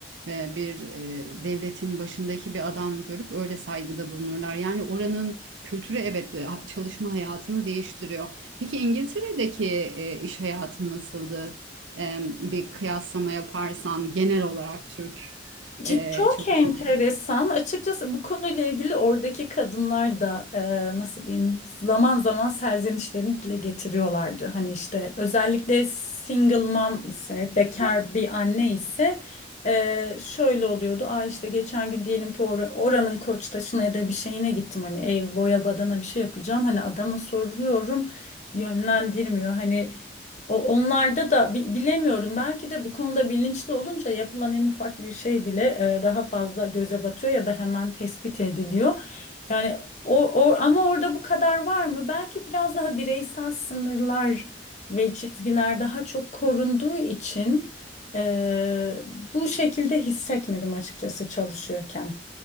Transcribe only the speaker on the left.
Çe-
Çok
enteresan.
Açıkçası bu konuyla ilgili oradaki kadınlar da e, nasıl diyeyim zaman zaman serzenişlerini dile getiriyorlardı. Hani işte özellikle single mom ise bekar bir anne ise e, şöyle oluyordu. Aa işte geçen gün diyelim ki or- oranın Koçtaşı'na ya da bir şeyine gittim. Hani ev boya badana bir şey yapacağım. Hani adama soruyorum yönlendirmiyor. Hani o, onlarda da bi- bilemiyorum. Belki de bu konuda bilinçli olunca yapılan en ufak bir şey bile e, daha fazla göze batıyor ya da hemen tespit ediliyor. Yani o, o ama orada bu kadar var mı? Belki biraz daha bireysel sınırlar ve çizgiler daha çok korunduğu için e, bu şekilde hissetmedim açıkçası çalışıyorken.